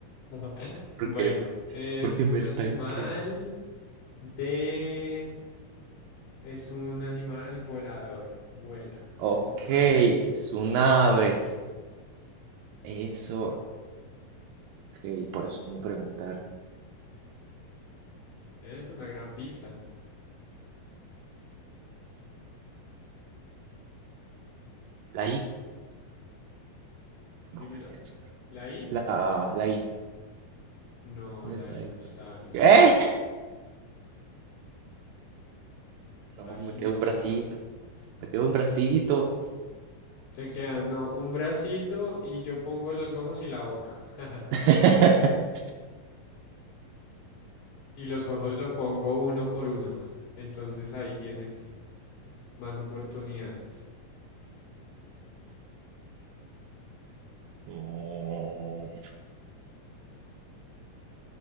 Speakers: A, on the left; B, on the right.
A: <laughs>
B: Porque,
A: Bueno, es
B: porque
A: un
B: me estanqué.
A: animal de... Es un animal volador, vuela, es
B: Ok,
A: un
B: es
A: ave.
B: un ave. Eso, ok, por eso no preguntar.
A: Es una gran pista,
B: La I, me
A: dímelo.
B: voy a arriesgar.
A: ¿La I?
B: La, la I,
A: No,
B: ¿dónde
A: la
B: es la
A: I no
B: I
A: está,
B: por ahí?
A: lo siento.
B: ¿Qué? No,
A: La
B: me
A: I
B: quedó
A: no
B: un
A: está.
B: bracito, me quedó un bracito.
A: Te queda, no, un bracito y yo pongo los ojos y la boca. <laughs>
B: <laughs>
A: Y los ojos lo pongo uno por uno. Entonces ahí tienes más oportunidades.
B: Mm,